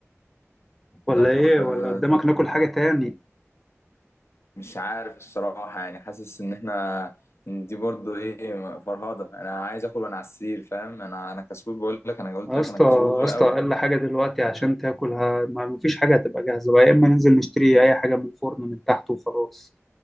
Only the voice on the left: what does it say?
طب
آه،
مش عارف الصراحه يعني حاسس ان احنا إن دي برضو ايه فرهضه انا عايز اكل وانا على السرير فاهم انا انا كسول بقول لك انا قلت
لك
انا كسول
قوي